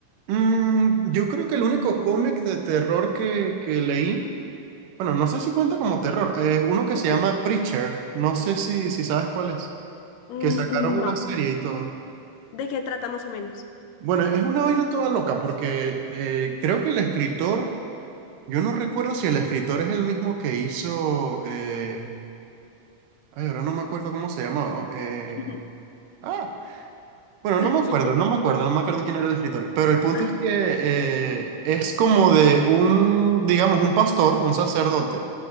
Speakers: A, on the right; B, on the left.
A: Mm, yo creo que el único cómic de terror que, que leí, bueno, no sé si cuenta como terror, es uno que se
B: Ujú.
A: llama Preacher, no sé si, si sabes cuál es,
B: Mm,
A: que sacaron una
B: no.
A: serie y todo.
B: ¿De qué trata más o menos?
A: Bueno, es una vaina toda loca porque eh, creo que el escritor... Yo no recuerdo si el escritor es el mismo que hizo. eh, ay, ahora no me acuerdo cómo se llamaba. eh,
B: <laughs>
A: ah, bueno,
B: Tranquilo.
A: no me acuerdo, no me acuerdo, no me acuerdo quién era el escritor. Pero el punto
B: Ajá.
A: es que eh, es como de un, digamos, un pastor, un sacerdote,